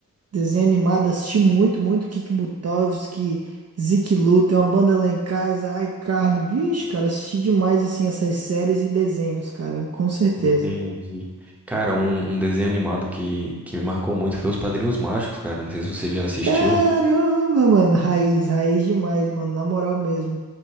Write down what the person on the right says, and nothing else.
Desenho animado, assisti muito, muito Kiki Butovski, Zeke Lu, tem uma banda lá em casa, iCarly. Vixe, cara, assisti demais, assim, essas séries e desenhos, cara, com certeza.
Caramba, mano, raiz, raiz demais, mano, na moral mesmo.